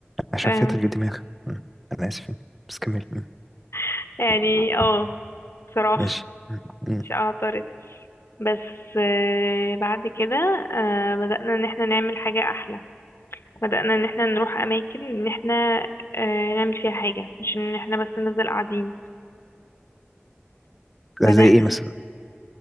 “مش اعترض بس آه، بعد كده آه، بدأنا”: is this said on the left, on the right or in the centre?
Left